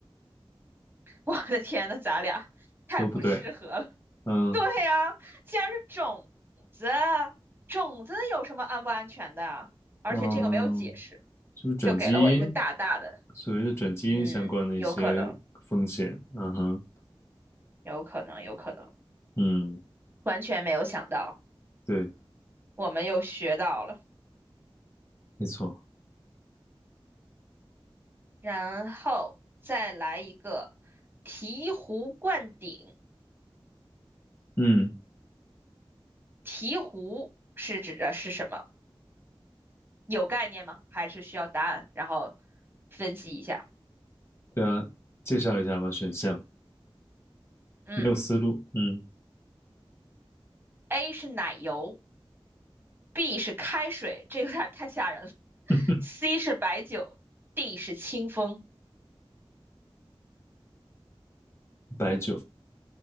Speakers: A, on the right (about 25°); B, on the left (about 30°).
A: <laughs> 我的天呐，咱俩太不适合了。
B: 都不对，嗯
A: <laughs> 对呀，既然是种子，种子有什么安不安全的啊？而且这个没有解释，
B: 嗯。是不是转基因？
A: 就给了我一个大大的，
B: 所谓的转基因相关的一些风险，
A: 嗯，有可能，
B: 嗯哼，
A: 有可能，有可能，
B: 嗯，
A: 完全没有想到，
B: 对，
A: 我们又学到了。
B: 没错，
A: 然后再来一个醍醐灌顶，
B: 嗯，
A: 醍醐是指的是什么？有概念吗？还是需要答案？然后分析一下。
B: 对啊，介绍一下吧，选项
A: 嗯
B: 没有思路，嗯，
A: ，A 是奶油。B 是开水，这有点太吓人了。
B: <laughs>
A: C 是白酒，D 是清风。
B: 白酒，